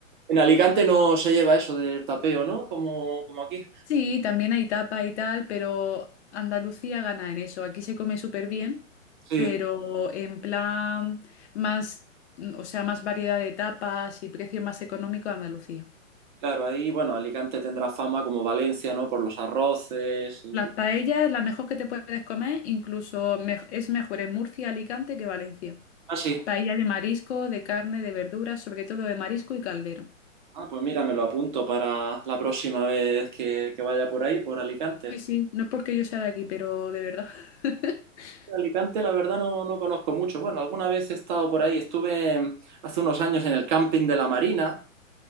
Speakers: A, on the right (about 35°); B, on the left (about 55°).
A: En Alicante no se lleva eso del tapeo, ¿no? Como, como aquí.
B: Sí, también hay tapa y tal, pero Andalucía gana en eso. Aquí se come súper bien,
A: Sí,
B: pero en plan más, mm, o sea, más variedad de tapas y precio más económico Andalucía.
A: claro, ahí, bueno, Alicante tendrá fama como Valencia, ¿no? Por los arroces y...
B: Las paellas, la mejor que te puedes comer, incluso me- es mejor en Murcia, Alicante que Valencia.
A: así
B: Paella de marisco, de carne, de verduras, sobre todo de marisco y caldero.
A: Ah, pues mira, me lo apunto para la próxima vez que, que vaya por ahí, por Alicante.
B: Sí, sí, no es porque yo sea de aquí, pero de verdad. <laughs>
A: Alicante, la verdad, no, no conozco mucho. Bueno, alguna vez he estado por ahí. Estuve em, hace unos años en el camping de la Marina.